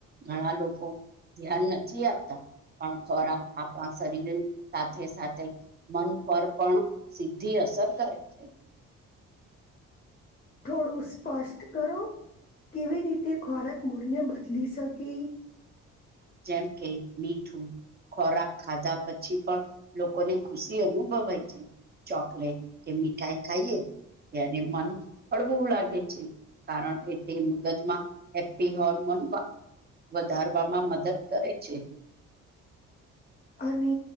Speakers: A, on the right; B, on the left.
A: ઘણા લોકો ધ્યાન નથી આપતા પણ ખોરાક આપણા શરીર સાથે સાથે મન પર પણ સિધ્ધી અસર કરે છે.
B: થોડું સ્પષ્ટ કરો કેવી રીતે ખોરાક મૂળને બદલી શકે
A: જેમ કે મીઠું ખોરાક ખાધા પછી, પણ લોકોને ખુશી અનુભવાય છે. ચોકલેટ કે, મીઠાઈ ખાઈએ ત્યારે મન હળગું લાગે છે. કારણ કે તે મગજમાં હેપ્પી હોર્મોન વધારવામાં મદદ કરે છે.
B: અને,